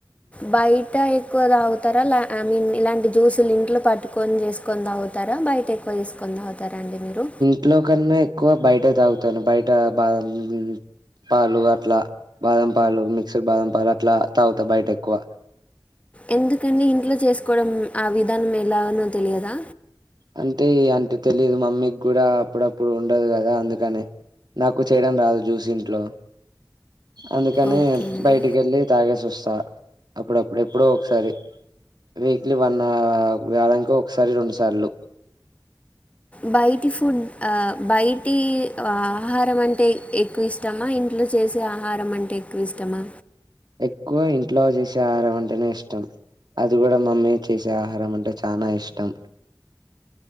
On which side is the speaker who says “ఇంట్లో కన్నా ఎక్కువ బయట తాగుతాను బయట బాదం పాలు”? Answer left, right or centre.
Right